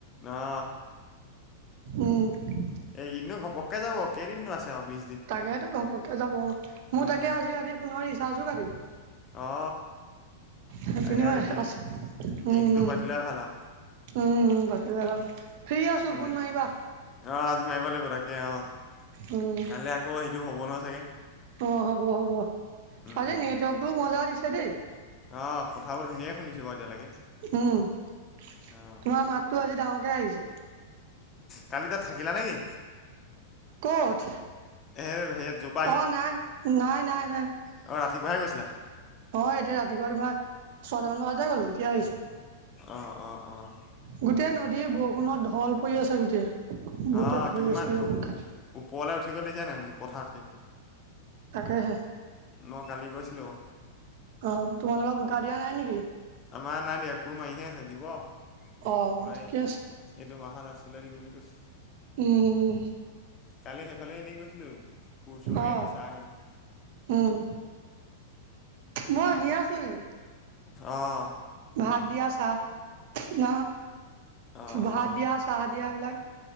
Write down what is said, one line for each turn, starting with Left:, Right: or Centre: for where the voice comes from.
Left: অ
Right: উম।
Left: এই কেদিন ঘপক কে যাব, কেইদিনো আছে আৰু বি
Right: তাকেইেতো ঘপককে যাব, মোৰ
Left: উম
Right: তাকে আজি ৰাতি ফোনৰ ৰিচাৰ্জো কাটিব।
Left: অ
Right: সেপিনো
Left: তাকে আজি দিন
Right: আছে,
Left: দিনটো
Right: উম।
Left: পাতি লোৱা ভাল আৰু
Right: উম, উম, পতিলে হ'ল, ফ্ৰী আছোঁ
Left: উম
Right: ফোন মাৰিবা।
Left: অ', আজি মাৰিব লাগিব, তাকে অ',
Right: উম
Left: কাইলৈ আকৌ সেইটো হ'ব নহয় চাগে।
Right: অ', হ'ব, হ'ব
Left: উম
Right: আজি নেটৱৰ্কটোও মজা দিছে দেই।
Left: অ', কথাবোৰ ধুনীয়াকে শুনিছো বাৰু এতিয়ালৈকে।
Right: উম, তোমাৰ
Left: অ
Right: মাতটো আজি ডাঙৰকৈ আহিছে।
Left: কালি তাত, থাকিলা নেকি?
Right: ক'ত।
Left: এ হেয়াত জপ
Right: অ', নাই, নাই, নাই, নাই।
Left: অ', ৰাতিপুৱাহে গৈছিলা।
Right: অ', এতিয়া ৰাতিপুৱা তোমাৰ, ছয়টামান বজাতে গ'লোঁ এতিয়া আহিছোঁ।
Left: অ', অ', অ'।
Right: গোটেই নদীৰ বৰষুণত ঢল পৰি আছে গোতেই। গুটেই,
Left: অ
Right: ভৰিয়ে-চৰিয়ে
Left: কিমান
Right: বোকা।
Left: ওপৰলৈ উঠি গ'ল দেখিছা নাই পথাৰতকে
Right: তাকেহে।
Left: মই কালি গৈছিলোঁ।
Right: অ', তোমালোকৰ বোকা দিয়া নাই নেকি?
Left: আমাৰ নাই দিয়া, কোৰ মাৰিহে আছে দিব ৰুৱাই।
Right: অ ঠিকে আছে
Left: এইটো মাহৰ লাষ্টলৈ দিম বুলি কৈছে।
Right: উম
Left: কালি সেইফালে এনেই গৈছিলোঁ, কোৰ-চুৰ মাৰি
Right: অ
Left: আছে চাই আহিলো।
Right: উম, মই আহিয়ে আছোঁ এইকেদিন।
Left: অ'।
Right: ভাত দিয়া চাহ ন?
Left: অঁ
Right: ভাত
Left: অঁ
Right: দিয়া, চাহ দিয়া এইবিলাক